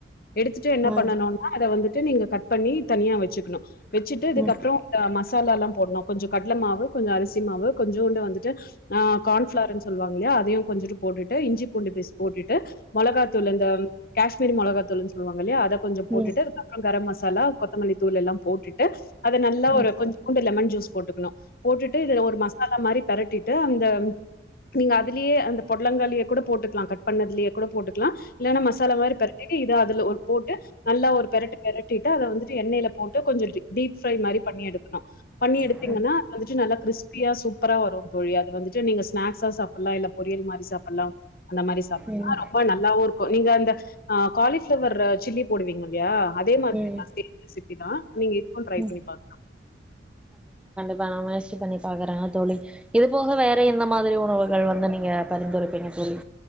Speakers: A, on the left; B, in the centre.
A: எடுத்து என்ன
B: ம்
A: பண்ணனுனா அத வந்து ட்டு நீங்க கட் பண்ணி தனியா வச்சுக்கணு வெச்சுட்டு இதுக்கப்றோ
B: ம்
A: அ மஸ் மசாலலா போட்னு கொஞ்ச கட்ல மாவு கொஞ்ச அரிசி மாவு கொஞ்சோன்டு வந்துட்டு ஆஹ் கான்ஃபளார்னு சொல்லுவாங்கல்ல அதையு கொஞ்சோன்டு போட்டுட்டு இஞ்சி பூண்டு பேஸ்ட் போட்டுட்டு மொளகாத்தூளு இந்தம் கேஷ்மீரி மொளத்தூள்னு சொல்வாங்க இல்லயா அத கொஞ்ச போட்டுட்டு
B: ம் ம்
A: அதுக்கப்பற கரம் மசா தலா கொத்தமல்லி தூளு எல்லா போட்டுட் டு அத நல்ல
B: ம்
A: ஒரு கொஞ்சோன்டு லெமன் ஜூஸ் போட்டுக்கணு போட்டுட்டு இதுல ஒரு மசாலா மாரி பெரட்டிட் டு அந்த நீங்க அதுலயே அந்த பொட்லங்காலே கூட போட்டுக்லா கட் பண்ணதுலே கூட போட்டுக்லா இல்லனா மசாலா மாரி பெரட்டிட்டு இத அதுல ஒரு போட்டு நல்லா ஒரு பெரட்டு பெரட்டிட்டு அத வந்துட்டு எண்ணெய்ல போட்டா கொஞ்சம் டீப் ஃப்ரை மாரி பண்ணி எடுக்கணு பண்ணி எடுக்குறீனா
B: ம்
A: அது நல்லா கிறிஸ்பியா சூப்பராக வரு அது வந்துட்டு நீங்க ஸ்நாக்ஸ் ச சாப் சப்டலா இல்ல பொரியல் மாரி சாப்டலா அந்த மாரி சாப்டலா
B: ம்
A: ரொம்ப நல்லாவு இருக்கோ நீங்க அந்த ஹ் காலிஃபளவர் சில்லி போடுவீங்க இல்லயா அதே மாரிதா
B: ம்
A: சேம் ரெசிபி தா நீங்க இதுக்கு ட்ரை
B: ம்
A: பண்ணி பாக்கலா
B: வ நா முயற்சி பண்ணி பாக்குற தோழி இது போக வேற எந்த மாதிரி உணவுகள் வந்து நீங்க பரிந்துரைப்பீங்க தோழி